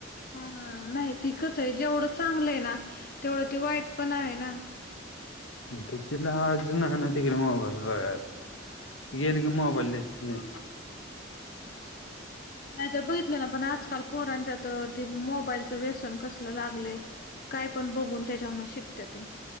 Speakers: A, on the left (about 45°); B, on the left (about 85°).
A: अं, नाही ते कसंय जेवढं चांगलंय ना तेवढं ते वाईट पण आहे ना.
B: ते तीला लावायचं नाही ना तिकडे मोबाईल बघायला. गेलं की मोबाईल देती नी.
A: नायतर बघितलं ना पण आजकाल पोरांच्यात ते मोबाईलचं व्यसन कसलं लागलय. कायपण बघून तच्यावरनं शिकत्या ते.